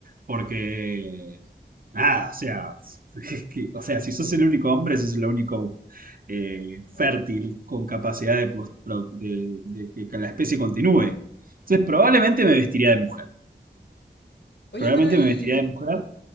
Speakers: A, on the right; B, on the left.
A: Porque, nada, o sea, <laughs> es que- o sea, si sos el único hombre, sos el único eh, fértil con capacidad de, plos- pro- de- de que la especie continúe. Entonces, probablemente me vestiría de mujer.
B: Oye,
A: Probablemente
B: pero ¿y...
A: me vestiría de mujer